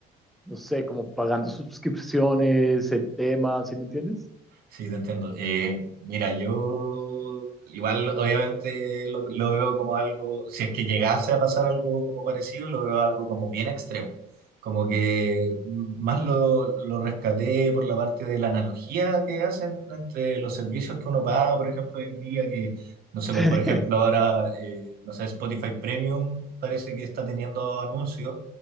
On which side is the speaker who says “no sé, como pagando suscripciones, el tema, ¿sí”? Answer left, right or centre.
Centre